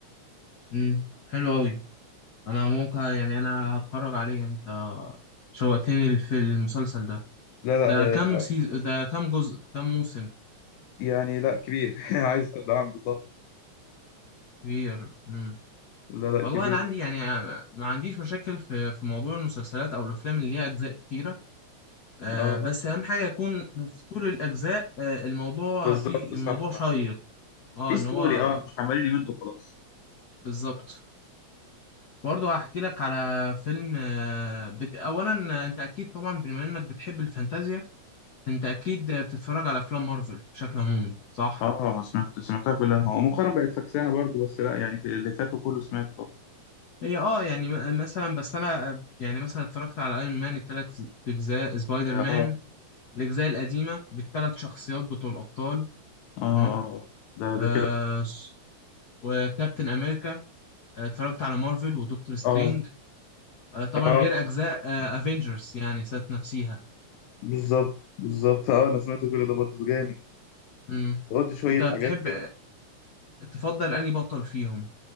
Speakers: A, on the left; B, on the left.
A: امم حلو قوي انا ممكن يعني انا هتفرج عليه انت شوقتني في المسلسل ده
B: لا
A: ده
B: لا هي
A: كام سيز... ده
B: بس-
A: كام جزء كام موسم
B: يعني لا كبير <laughs> عايز حد عنده طب
A: كبير امم
B: لا لا
A: والله
B: كبير
A: انا عندي
B: يعني.
A: يعني ما عنديش مشاكل في في موضوع المسلسلات او الافلام اللي ليها اجزاء كتيره آه
B: اه
A: بس اهم حاجه يكون في طول الاجزاء آه الموضوع
B: بالظبط
A: فيه الموضوع
B: صح صح
A: شيق اه
B: في
A: ان
B: ستوري
A: هو
B: اه مش عمالين يمدوا خلاص
A: بالظبط برضه هحكي لك على فيلم آه، بت... اولا آه، انت اكيد طبعا بما انك بتحب الفانتازيا فانت اكيد آه، بتتفرج على افلام مارفل بشكل عمومي صح
B: اه سمعت سمعتها كلها هو مؤخرا بقت فكسانه برضو بس لا يعني في اللي فاتوا كله سمعته طبعا
A: هي اه يعني م- آه، مثلا بس انا آه، يعني مثلا اتفرجت على ايرون مان الثلاث اجزاء سبايدر
B: اه
A: مان
B: اه
A: الاجزاء القديمه بالثلاث شخصيات بتوع الابطال
B: اه آه.
A: تمام
B: آه. ده
A: آه
B: ده كده
A: س- وكابتن امريكا آه، اتفرجت على مارفل ودكتور سترينج
B: اه
A: آه طبعا
B: اه
A: غير اجزاء افنجرز يعني ذات نفسيها
B: بالظبط بالظبط اه انا سمعت كل ده برضو ده جامد
A: مم.
B: قلت شويه
A: انت بتحب
B: حاجات
A: تفضل أنهي بطل فيهم